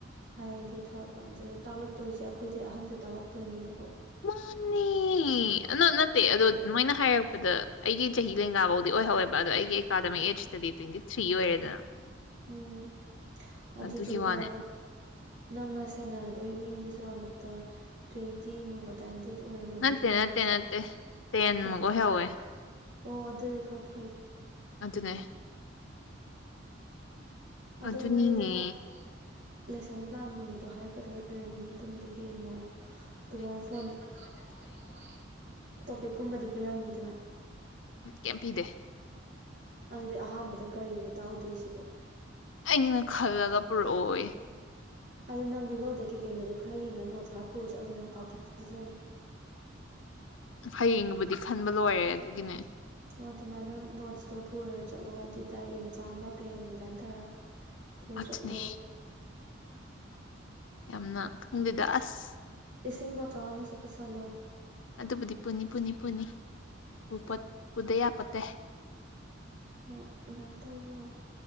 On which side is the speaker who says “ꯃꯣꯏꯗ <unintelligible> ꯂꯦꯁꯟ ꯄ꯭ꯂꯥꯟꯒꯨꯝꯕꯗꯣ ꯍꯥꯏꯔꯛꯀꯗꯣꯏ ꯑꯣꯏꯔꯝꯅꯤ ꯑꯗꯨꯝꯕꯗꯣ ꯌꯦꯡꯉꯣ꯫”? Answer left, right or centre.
Right